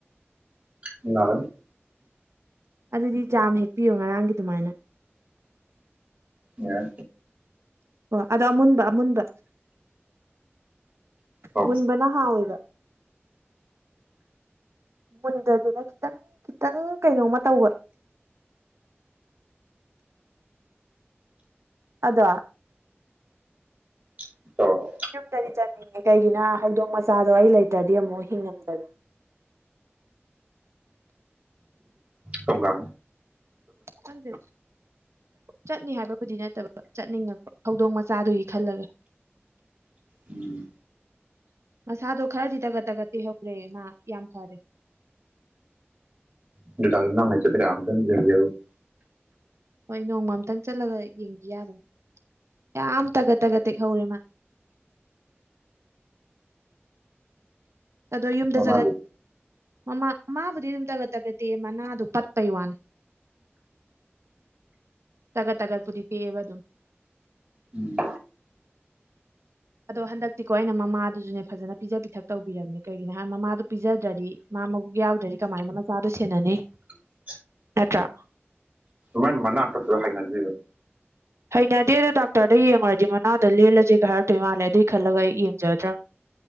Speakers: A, on the right (about 35°); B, on the right (about 85°).
A: <unintelligible>
B: ꯑꯗꯨꯗꯤ ꯆꯥꯝꯍꯦꯛꯄꯤꯌꯨ ꯉꯔꯥꯡꯒꯤ ꯑꯗꯨꯃꯥꯏꯅ
A: ꯌꯥ
B: ꯑꯗꯣ ꯑꯃꯨꯟꯕ ꯑꯃꯨꯟꯕ
A: ꯑꯣ
B: ꯃꯨꯟꯕꯅꯥ ꯍꯥꯎꯑꯕ ꯃꯨꯟꯗꯕꯅ ꯈꯤꯇꯪ ꯈꯤꯇꯪ ꯀꯩꯅꯣꯝꯃ ꯇꯧꯕ ꯑꯗꯣ
A: <unintelligible>
B: ꯌꯨꯝꯗꯗꯤ ꯆꯠꯅꯤꯡꯉꯦ ꯀꯩꯒꯤꯅꯣꯍ ꯍꯗꯣꯡ ꯃꯆꯥꯗꯣ ꯑꯩ ꯂꯩꯇ꯭ꯔꯗꯤ ꯑꯃꯨꯛ ꯍꯤꯡꯉꯝꯗꯅ
A: ꯀꯝꯒ
B: <unintelligible> ꯆꯠꯅꯤ ꯍꯥꯏꯕꯕꯨꯗꯤ ꯅꯠꯇꯕ ꯆꯠꯅꯤꯡꯉ ꯍꯧꯗꯣꯡ ꯃꯆꯥꯗꯨꯒꯤ ꯈꯜꯂꯒ
A: ꯎꯝ
B: ꯃꯁꯥꯗꯣ ꯈꯔꯗꯤ ꯇꯥꯒꯠ ꯇꯒꯠ ꯇꯍꯧꯔꯦ ꯃꯥ ꯌꯥꯝ ꯐꯔꯦ
A: <unintelligible>
B: ꯍꯣꯏ ꯅꯣꯡꯃ ꯑꯝꯇꯪ ꯆꯠꯂꯒ ꯌꯦꯡꯕꯤ ꯌꯥꯕꯅꯦ ꯌꯥꯝ ꯇꯒꯠ ꯇꯒꯠ ꯇꯦꯛꯍꯧꯔꯦ ꯃꯥ ꯑꯗꯣ ꯌꯨꯝꯗ
A: ꯃꯃꯥꯗꯨ
B: ꯆꯠꯂ ꯃꯃꯥ ꯃꯥꯕꯨꯗꯤ ꯑꯗꯨꯝ ꯇꯒꯠ ꯇꯒꯠ ꯇꯦꯛꯑꯦ ꯃꯅꯥꯗꯣ ꯄꯠꯄꯩ ꯋꯥꯅꯦ ꯇꯒꯠ ꯇꯒꯠꯄꯨꯗꯤ ꯇꯦꯛꯑꯦꯕ ꯑꯗꯨꯝ
A: ꯎꯝ
B: ꯑꯗꯣ ꯍꯟꯗꯛꯇꯤꯀꯣ ꯑꯩꯅ ꯃꯃꯥꯗꯨꯖꯨꯅꯦ ꯐꯖꯅ ꯄꯤꯖ ꯄꯤꯊꯛ ꯇꯧꯕꯤꯔꯝꯅꯤ ꯀꯩꯒꯤꯅꯣ ꯍꯥꯏ ꯃꯃꯥꯗꯣ ꯄꯤꯖꯗ꯭ꯔꯗꯤ ꯃꯥ ꯃꯕꯨꯛ ꯌꯥꯎꯗ꯭ꯔꯗꯤ ꯀꯃꯥꯏꯅ ꯃꯆꯥꯗꯣ ꯁꯦꯟꯅꯅꯤ꯫
A: <inaudible>
B: ꯅꯠꯇ꯭ꯔꯥ
A: ꯃꯥꯏ ꯃꯅꯥ ꯇꯠꯄꯗꯣ ꯍꯩꯅꯗꯦꯕ
B: ꯍꯩꯅꯗꯦꯗꯨ ꯗꯥꯛꯇꯔꯗ ꯌꯦꯡꯉꯨꯔꯗꯤ ꯃꯅꯥꯗꯣ ꯂꯦꯜꯂꯖꯦꯒ ꯍꯥꯏꯔꯛꯇꯣꯏ ꯃꯥꯜꯂꯦ ꯑꯗꯨꯏ ꯈꯜꯂꯒ ꯑꯩ ꯌꯦꯡꯖꯗ꯭ꯔꯃꯤ